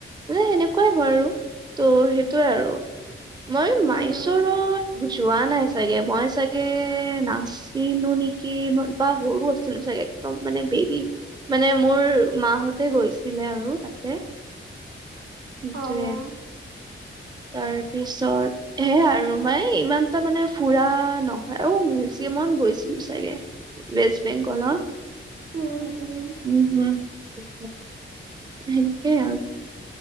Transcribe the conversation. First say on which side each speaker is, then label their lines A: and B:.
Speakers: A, on the right; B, on the right.
A: যে সেনেকুৱাই হয় আৰু ত' সেইটোয়ে আৰু। মই
B: উম,
A: মাইচুৰত যোৱা নাই চাগে মই চাগে নাচ নাছিলোঁ নেকি মই বা সৰু আছিলো চাগে একদম মানে বেবি। মানে মোৰ মা হ'ত, তাতে গৈছিলে আৰু তাতে সেইটোৱে।
B: অ',
A: তাৰ পিছত, সেয়া আৰু মাই ইমানটা মানে ফুৰা নহয় আৰু মিউজিয়ামত গৈছিলো চাগে। ৱেষ্ট বেংগলত,
B: উম উম
A: উম হুম, <inaudible> সেনেকে আৰু,